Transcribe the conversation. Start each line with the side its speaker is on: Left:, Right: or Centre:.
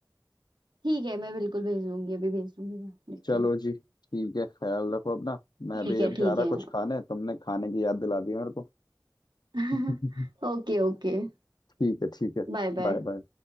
Right: ठीक है मैं बिल्कुल भेज दूंगी अभी भेज दूंगी मैं लिख
Left: चलो
Right: के
Left: जी ठीक है ख्याल रखो अपना मैं
Right: ठीक
Left: अभी
Right: है
Left: अब
Right: ठीक
Left: जा रहा
Right: है
Left: कुछ खाने तुमने खाने की याद दिला दी मेरे को
Right: <laughs>
Left: <laughs>
Right: Okay okay
Left: ठीक है ठीक है
Right: Bye bye
Left: बाय बाय